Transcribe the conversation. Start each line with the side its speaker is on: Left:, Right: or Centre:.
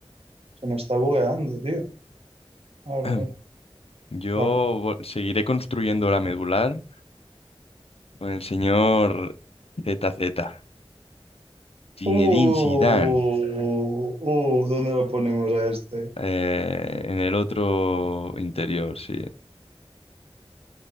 Right: Se me está bugueando, tío. Ahora,
Left: <clears throat>
Right: ahora,
Left: Yo
Right: ahora.
Left: vo- seguiré construyendo la medular con el señor Z Z Zinedine
Right: Uh, uh,
Left: Zidane,
Right: uh, ¿dónde lo ponemos a este?
Left: eh, en el otro interior, sí.